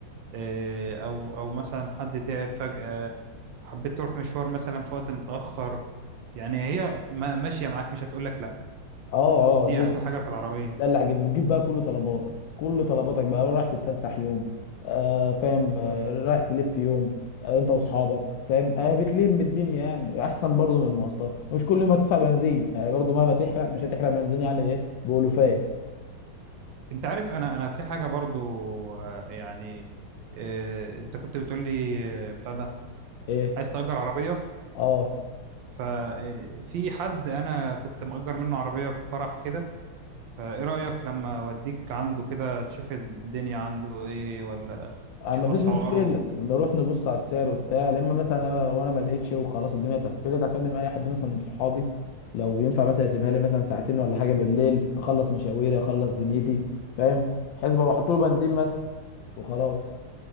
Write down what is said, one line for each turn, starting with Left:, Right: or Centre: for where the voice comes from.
Right: آه، او او مثلا حد تعب فجاه حبيت تروح مشوار مثلا في وقت متاخر يعني هي ما- ماشيه معاك مش هتقول لك لا
Left: اه
Right: دي
Left: اه دي
Right: احلى
Left: ده
Right: حاجه في العربيه
Left: ده اللي عجبني بتجيب بقى كل طلباتك كل طلباتك بقى رايح تتفسح يوم آه فاهم آه رايح تلف يوم آه انت واصحابك فاهم آه بتلم الدنيا يعني احسن برضو من المواصلات ومش كل يوم هتدفع بنزين آه برضو مهما تحرق مش هتحرق بنزين يعني ايه بألوفات
Right: انت عارف انا انا في حاجه برضو آه، يعني آه، انت كنت بتقول لي آه، بتاع ده
Left: ايه
Right: عايز تأجر عربيه
Left: اه
Right: ففي حد انا كنت مأجر منه عربيه في فرح كده فايه رأيك لما اوديك عنده كده تشوف الدنيا عنده ايه ولا
Left: آه،
Right: تشوف
Left: مفيش
Right: اسعاره
Left: مشكله نروح نبص على السعر وبتاع لا اما مثلا انا لو انا ما لقيتش وخلاص الدنيا اتقفلت اكلم اي حد مثلا من صحابي لو ينفع مثلا يسيبها لي مثلا ساعتين ولا حاجه بالليل اخلص مشاويري اخلص دنيتي فاهم حسبه واحط له بنزين مثلا وخلاص